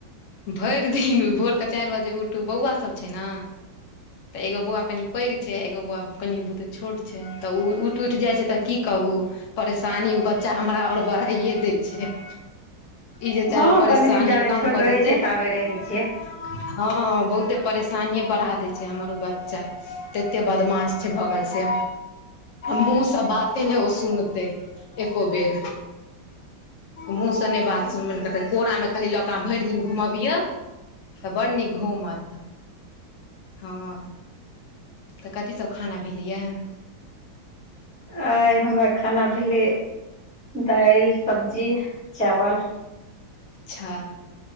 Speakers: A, on the left (about 60°); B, in the centre.
A: भैर दिन, भोरके चाइर बजे उठू, बौआ सब छै न? तऽ एगो बौआ कनि पैघ छै। छै, एगो बौआ कनि बहुते छोट छै तऽ ओ उइठ उइठ जाइ छै तऽ कि कहू? परेशानी उ बच्चा हमरा और बड़हाइए दै छै। इ जे चाहबै
B: हँ
A: परेशानी
B: कनि दिन जाबे
A: कम
B: छोट
A: कऽ
B: रहै
A: देतै।
B: छै ताबे
A: हाँ
B: रहै छियै
A: बहुते परेशानिये बड़हा दै छै, हमर ओ बच्चा तते बदमाश छै भऽ रल। से मुंह से बाते नै ओ सुनतै एको बेर। मुँह से नै बात सुनबै नै करतै, कोरा मे खाली लक भैर दिन घूमबियो तऽ बड़ निक घूमत। हाँ तऽ कथी सब खाना भेलैये?
B: आइ हमरा खाना भेलै दाइल, सब्जी, चावल।
A: अच्छा